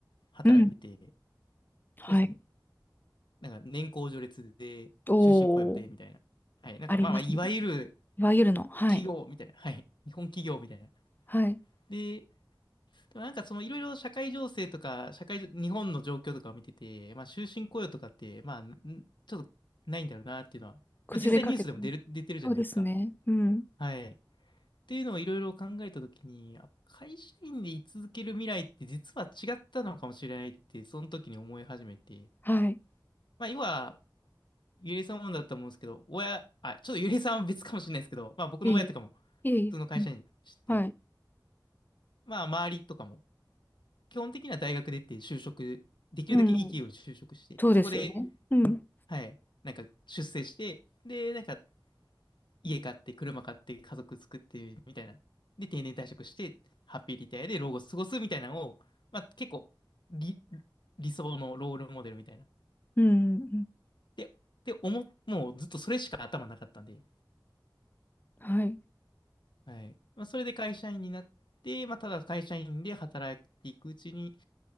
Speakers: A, on the left; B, on the left.
A: 働いてて、
B: うん。はい。
A: そうですね。なんか年功序列で、
B: おー。
A: 終身雇用で、みたいな。はい。なんかまあまあ、
B: ありますね。
A: いわゆる
B: いわゆるの。はい。
A: 企業みたいな。はい。日本企業みたいな。
B: はい。
A: で、でもなんかそのいろいろ社会情勢とか、社会、日本の状況とかを見てて、まあ終身雇用とかって、まあ、んちょっとないんだろうなっていうのは、まあ実際ニュースでも出る、
B: 崩れかけてます。
A: 出てるじゃないですか。
B: そうですね。うん。
A: はい。っていうのをいろいろ考えたときに、あ会社員で居続ける未来って実は違ったのかもしれないって、その時に思い始めて、
B: はい。
A: まあ要は、ゆりえさんもだったと思うんですけど、親、あ、ちょっとゆりえさんは別かもしれないですけど、まあ僕の親とかも
B: いえいえ。いえいえ。
A: 普通の会社員してて、
B: うんはい。
A: まあ周りとかも、基本的には大学出て就職、できるだけいい企業に就職して、
B: うん。そうですよね。
A: そこで、
B: うん。
A: はい、なんか出世して、で、なんか家買って、車買って、家族作って、みたいな。で、定年退職して、ハッピーリタイアで老後過ごすみたいなのを、まあ結構、理、理想のロールモデルみたいな。
B: うん。うん
A: で、で、思、もうずっとそれしか頭なかったんで、
B: はい。
A: はい。まあ、それで会社員になって、まあただ会社員で働いていくうちに、